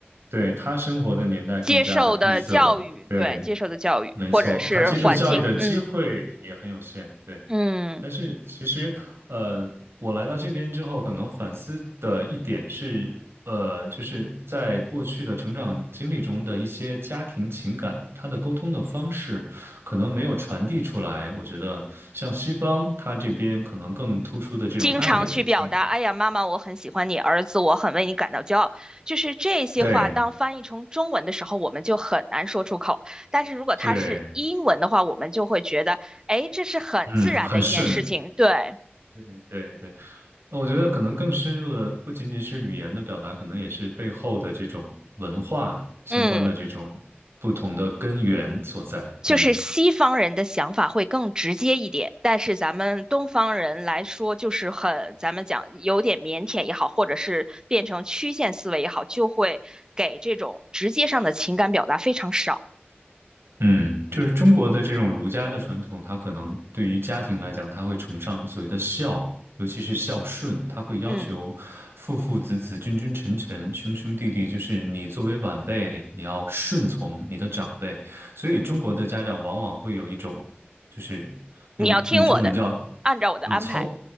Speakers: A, on the right; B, on the right.
A: 对他生活的年代更加的闭塞。
B: 接受的教育，
A: 对，
B: 对，接受的教育或者是环境，
A: 没错，他接受教育的机会也很有限。
B: 嗯
A: 对。
B: 嗯，
A: 但是其实，呃，我来到这边之后，可能反思的一点是，呃，就是在过去的成长经历中的一些家庭情感，它的沟通的方式可能没有传递出来。我觉得像西方，它这边可能更突出的这种爱的主题。
B: 经常去表达，哎呀，妈妈，我很喜欢你，儿子，我很为你感到骄傲，就是这些话，
A: 对
B: 当翻译成中文的时候，我们就很难说出口。但是如果它是英文的话，
A: 对，
B: 我们就会觉得，哎，这是很自然的一件事情，
A: 嗯，很顺。
B: 对，
A: 对对对，呃我觉得可能更深入的不仅仅是语言的表达，可能也是背后的这种文化相关的这种不同的根源所在。
B: 嗯。就是西方人的想法会更直接一点，
A: 嗯。
B: 但是咱们东方人来说，就是很，咱们讲有点腼腆也好，或者是变成曲线思维也好，就会给这种直接上的情感表达非常少。
A: 嗯，就是中国的这种儒家的传统，它可能对于家庭来讲，它会崇尚所谓的孝，尤其是孝顺，它会要求父父子子、
B: 嗯，
A: 君君臣臣、兄兄弟弟，就是你作为晚辈，你要顺从你的长辈。所以中国的家长往往会有一种，就是用用中文叫
B: 你要听我的，按照我的安排，
A: 要操，